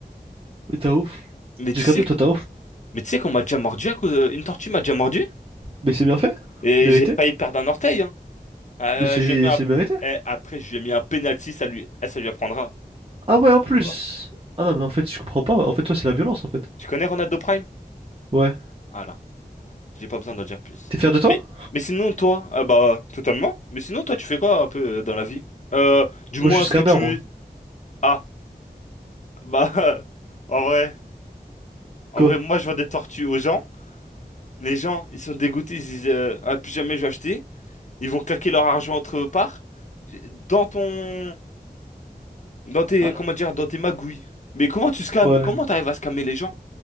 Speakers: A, on the right; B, on the left.
A: t'as ouf.
B: Mais
A: J'ai
B: tu sais,
A: capté, toi, t'as ouf.
B: mais tu sais qu'on m'a déjà mordu à cause- euh, une tortue m'a déjà mordu
A: Mais c'est bien fait.
B: et
A: Mérité.
B: j'ai failli perdre un orteil. hein. Euh,
A: Mais c'est
B: je mets un-
A: c'est mérité.
B: eh, après, je lui ai mis un penalty, ça lui, eh, ça lui apprendra. N'importe
A: Ah ouais, en plus.
B: quoi.
A: Ah non, mais en fait, je comprends pas. En fait, toi, c'est la violence, en fait.
B: Tu connais Ronaldo Prime?
A: Ouais.
B: Ah là, j'ai pas besoin d'en dire plus.
A: T'es fier de toi?
B: Mais, mais sinon, toi, ah bah, totalement. Mais sinon, toi, tu fais quoi un peu euh, dans la vie? Euh, du moins,
A: Moi, je suis scammer,
B: ce que tu...
A: moi.
B: Ah, bah, <laughs> en vrai, en
A: Quoi?
B: vrai, moi, je vends des tortues aux gens. Les gens, ils sont dégoûtés, ils disent, euh, ah, plus jamais je vais acheter. Ils vont claquer leur argent entre eux parts. Dans ton... Dans tes,
A: Ah,
B: comment dire, dans tes magouilles. Mais comment tu scams?
A: ouais.
B: Comment t'arrives à scammer les gens?